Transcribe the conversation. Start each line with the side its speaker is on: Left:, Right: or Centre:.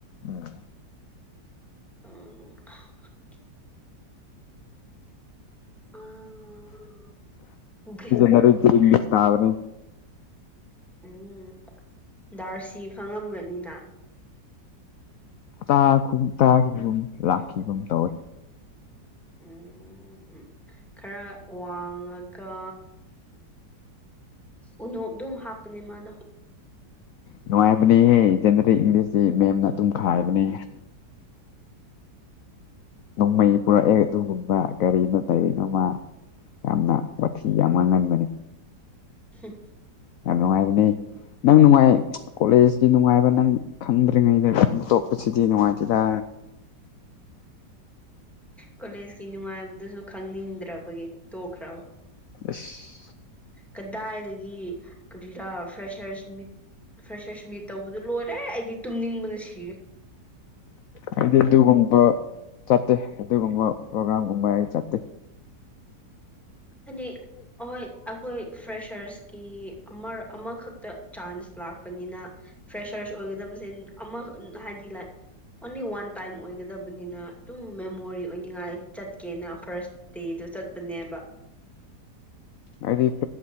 Left: ꯎꯝ
Centre: <unintelligible> ꯑꯥ
Left: ꯅꯔꯩꯗꯤ ꯏꯪꯂꯤꯁ ꯇꯥꯕꯅꯦ
Centre: ꯎꯝ ꯗꯥꯔꯁꯤ ꯈꯪꯉꯝꯒꯅꯤꯅ
Left: ꯇꯥꯈꯨꯝ ꯇꯈꯤꯕꯒꯨꯝ ꯂꯥꯛꯈꯤꯕꯒꯨꯝ ꯇꯧꯋꯤ
Centre: ꯎꯝ ꯈꯔ ꯋꯥꯡꯉꯒ ꯎꯅꯣꯞ ꯗꯨꯝ ꯍꯥꯞꯄꯅꯦ ꯃꯥꯗꯣ
Left: ꯅꯨꯡꯉꯥꯏꯕꯅꯦꯍꯦ ꯖꯦꯅꯔꯦꯜ ꯏꯪꯂꯤꯁꯇꯤ ꯃꯦꯝꯅ ꯑꯗꯨꯝ ꯈꯥꯏꯕꯅꯦ ꯅꯣꯡꯃꯩ ꯄꯨꯔꯛꯑꯦ ꯑꯗꯨꯒꯨꯝꯕ ꯀꯔꯤꯅꯣ ꯀꯔꯤꯅꯣꯃ ꯌꯥꯝꯅ ꯋꯥꯊꯤ ꯌꯥꯝ ꯉꯥꯡꯒꯟꯕꯅꯤ
Centre: ꯍꯨꯝ
Left: ꯌꯥꯝ ꯅꯨꯡꯉꯥꯏꯕꯅꯦ ꯅꯪ ꯅꯨꯡꯉꯥꯏ ꯀꯣꯂꯦꯖꯀꯤ ꯅꯨꯡꯉꯥꯏꯕ ꯅꯪ ꯈꯪꯗ꯭ꯔꯤꯉꯩꯗ ꯅꯪ ꯇꯣꯛꯄꯁꯤꯗꯤ ꯅꯨꯡꯉꯥꯏꯇꯦꯗ
Centre: ꯀꯣꯂꯦꯖꯀꯤ ꯅꯨꯡꯉꯥꯏꯕꯗꯨꯁꯨ ꯈꯪꯅꯤꯡꯗ꯭ꯔꯕꯒꯤ ꯇꯣꯛꯈ꯭ꯔꯕ
Left: ꯑꯁ
Centre: ꯀꯗꯥꯏꯗꯒꯤ ꯀꯔꯤꯔꯥ ꯐ꯭ꯔꯦꯁꯔꯁ ꯃꯤꯠ ꯐ꯭ꯔꯦꯁꯔꯁ ꯃꯤꯠ ꯇꯧꯕꯗꯨ ꯂꯣꯏꯔꯦ ꯑꯩꯗꯤ ꯇꯨꯝꯅꯤꯡꯕꯅ ꯁꯤꯔꯦ
Left: ꯑꯩꯗꯤ ꯑꯗꯨꯒꯨꯝꯕ ꯆꯠꯇꯦ ꯑꯗꯨꯒꯨꯝꯕ ꯄ꯭ꯔꯣꯒ꯭ꯔꯥꯝꯒꯨꯝꯕ ꯑꯩ ꯆꯠꯇꯦ
Centre: ꯑꯅꯤ ꯑꯍꯣꯏ ꯑꯈꯣꯏ ꯐ꯭ꯔꯦꯁꯔꯁꯀꯤ ꯑꯃꯔꯛ ꯑꯃꯈꯛꯇ ꯆꯥꯟꯁ ꯂꯥꯛꯄꯅꯤꯅ ꯐ꯭ꯔꯦꯁꯔꯁ ꯑꯣꯏꯒꯗꯕꯁꯦ ꯑꯃ ꯍꯥꯏꯗꯤ ꯂ ꯑꯣꯟꯂꯤ ꯋꯥꯟ ꯇꯥꯏꯝ ꯑꯣꯏꯒꯗꯕꯅꯤꯅ ꯑꯗꯨꯝ ꯃꯦꯃꯣꯔꯤ ꯑꯣꯏꯅꯤꯡꯉꯥꯏ ꯆꯠꯀꯦꯅ ꯐꯥꯔꯁ ꯗꯦꯗꫭ ꯆꯠꯄꯅꯦꯕ
Left: ꯍꯥꯏꯗꯤ